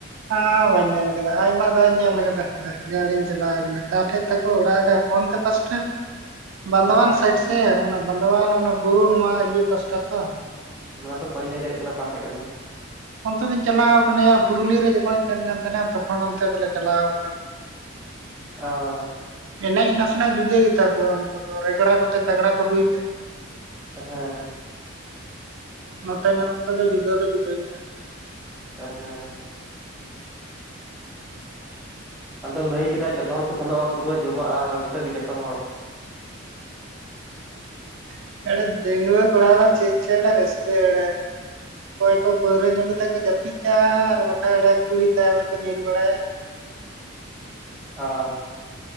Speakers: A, on the right; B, in the centre.
A: ᱦᱮᱸ ᱵᱟᱹᱧ ᱧᱮᱞ ᱟᱠᱟᱫᱟ ᱟᱭᱢᱟ ᱫᱷᱟᱣᱤᱧ ᱧᱮᱞ ᱟᱠᱟᱫᱟ ᱜᱰᱤᱤᱧ ᱪᱟᱞᱟᱣ ᱟᱠᱟᱱᱟ ᱚᱠᱟ ᱴᱷᱮᱱ ᱛᱟᱠᱚ ᱚᱲᱟᱜ <unintelligible> ᱱᱚᱱᱛᱮ ᱯᱟᱥᱴᱮ
B: <inaudible> <inaudible>
A: ᱵᱟᱸᱫᱷᱣᱟᱱ
B: ᱚᱠᱟᱨᱮ
A: ᱥᱟᱭᱤᱰ ᱥᱮ ᱚᱱᱟ ᱵᱟᱸᱫᱣᱟᱱ ᱚᱱᱟ ᱵᱩᱨᱩ ᱱᱚᱣᱟ ᱤᱭᱟᱹ ᱯᱟᱥᱴᱟ ᱛᱚ
B: ᱚᱱᱟ ᱫᱚ ᱵᱟᱹᱧ ᱞᱟᱹᱭ ᱫᱟᱲᱮᱭᱟᱜ ᱠᱟᱱᱟ ᱚᱠᱟ ᱥᱮᱫ ᱠᱟᱱᱟ
A: ᱚᱱᱛᱮ ᱫᱚᱧ ᱪᱟᱞᱟᱣ ᱠᱟᱱᱟ ᱯᱩᱨᱩᱞᱤᱭᱟᱹ ᱨᱮ ᱡᱚᱠᱷᱚᱱᱤᱧ ᱛᱟᱦᱮᱱ ᱠᱟᱱ ᱛᱟᱦᱮᱱᱟ ᱛᱚᱠᱷᱚᱱ ᱚᱱᱛᱮ ᱫᱚᱞᱮ ᱪᱟᱞᱟᱣ ᱠᱟᱱᱟ
B: ᱚ
A: ᱮᱱᱮᱡ ᱱᱟᱥᱮᱱᱟᱜ ᱡᱩᱫᱟᱹ ᱜᱮᱛᱟ ᱠᱚᱣᱟ ᱩᱱᱠᱩ ᱫᱚ ᱨᱮᱜᱽᱲᱟ ᱠᱚᱛᱮ ᱛᱟᱜᱽᱲᱟ ᱠᱚ ᱨᱩᱭ ᱛᱟᱦᱮᱸᱱᱟ
B: ᱮ ᱦᱮᱸ
A: ᱱᱚᱛᱮ ᱧᱚᱜ ᱠᱚᱫᱚ ᱡᱩᱫᱟᱹ ᱫᱚ ᱡᱩᱫᱟᱹ ᱜᱮᱭᱟ
B: ᱮ ᱦᱮᱸ ᱟᱫᱚ ᱞᱟᱹᱭ ᱠᱮᱫᱟᱭ ᱡᱚᱛᱚ ᱦᱚᱲ ᱠᱚ ᱥᱮᱱᱚᱜᱼᱟ ᱯᱩᱨᱟᱹ ᱡᱚᱢᱟᱜᱼᱟ ᱨᱟᱹᱥᱠᱟᱹ ᱜᱮ ᱡᱷᱚᱛᱚ ᱦᱚᱲ
A: ᱮᱴ <unintelligible> ᱰᱟᱹᱝᱣᱟᱹ ᱠᱚᱲᱟ ᱫᱚ ᱪᱮᱫ ᱪᱚ <inaudible> ᱨᱟᱹᱥᱠᱟᱹ ᱮᱲᱮ <unintelligible> ᱚᱠᱚᱭ ᱠᱚ ᱯᱟᱹᱣᱨᱟᱹ ᱧᱩ ᱠᱟᱛᱮ ᱠᱚ ᱡᱟᱹᱯᱤᱫ ᱠᱟᱜᱼᱟ ᱟᱨ ᱵᱟᱠᱷᱟᱱ ᱠᱩᱲᱤ ᱛᱟᱭᱚᱢ ᱨᱮᱠᱚ ᱧᱤᱨ ᱵᱟᱲᱟᱭᱟ
B: ᱚ